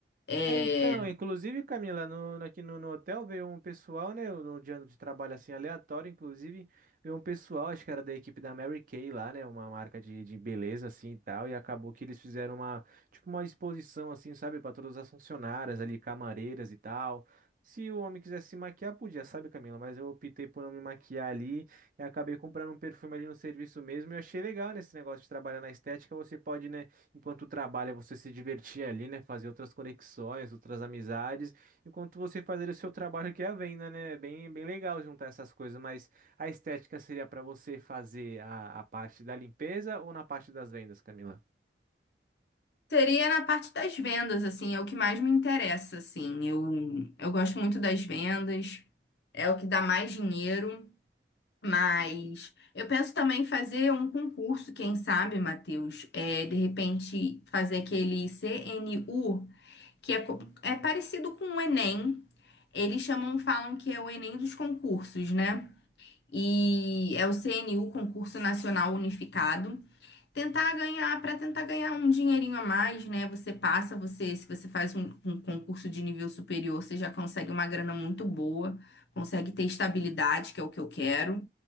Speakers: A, on the left; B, on the right.
A: É,
B: É, Então, inclusive, Camila, no, aqui no, no hotel veio um pessoal, né? No dia de trabalho assim aleatório, inclusive, veio um pessoal, acho que era da equipe da Mary Kay lá, né? Uma marca de, de beleza assim e tal. E acabou que eles fizeram uma, tipo, uma exposição assim, sabe? Para todas as funcionárias ali, camareiras e tal. Se o homem quisesse se maquiar, podia, sabe, Camila? Mas eu optei por não me maquiar ali e acabei comprando um perfume ali no serviço mesmo. E eu achei legal nesse negócio de trabalhar na estética, você pode, né? Enquanto trabalha, você se divertir ali, né? Fazer outras conexões, outras amizades. Enquanto você faz ali o seu trabalho que é a venda, né? É Bem, bem legal juntar essas coisas, mas a estética seria para você fazer a, a parte da limpeza ou na parte das vendas, Camila?
A: Seria na parte das vendas, assim, é o que mais me interessa, assim. Eu, eu gosto muito das vendas, é o que dá mais dinheiro. Mas eu penso também em fazer um concurso, quem sabe, Matheus, é, de repente fazer aquele CNU, que é, co- é parecido com o Enem. Eles chamam, falam que é o Enem dos concursos, né? E é o CNU, Concurso Nacional Unificado. Tentar ganhar, para tentar ganhar um dinheirinho a mais, né? Você passa, você, se você faz um, um concurso de nível superior, você já consegue uma grana muito boa, consegue ter estabilidade, que é o que eu quero.